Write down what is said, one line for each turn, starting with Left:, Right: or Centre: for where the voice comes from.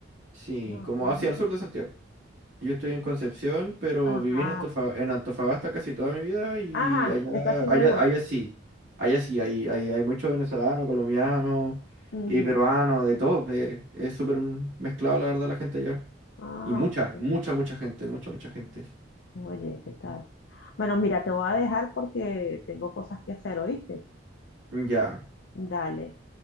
Right: Sí,
Left: No,
Right: como
Left: no,
Right: hacia
Left: no
Right: el
Left: me.
Right: sur de Santiago. Yo estoy en Concepción, pero
Left: Ajá,
Right: viví en Antofa- en Antofagasta casi toda mi vida y
Left: ajá,
Right: allá,
Left: esa sí
Right: allá,
Left: me gusta.
Right: allá sí, allá sí, hay, hay, hay muchos venezolanos, colombianos
Left: Ujú.
Right: y peruanos, de todo. eh, es súper mezclado, la verdad, la gente allá.
Left: Ah,
Right: Y mucha,
Left: ok.
Right: mucha, mucha gente, mucha, mucha gente.
Left: Oye, ¿qué tal? Bueno, mira, te voy a dejar porque tengo cosas que hacer, ¿oíste?
Right: Ya,
Left: Dale,